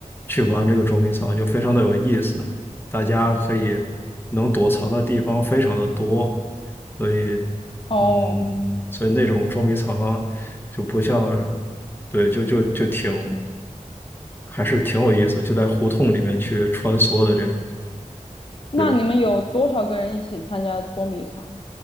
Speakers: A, on the left (about 15°); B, on the left (about 40°).
A: 去玩这个捉迷藏，就非常的有意思。大家可以能躲藏的地方非常的多。所以，
B: 哦，
A: 嗯，所以那种捉迷藏就不像，对，就就就挺还是挺有意思，就在胡同里面去穿梭的这种。
B: 那你们有多少个人一起参加捉迷藏？
A: 对，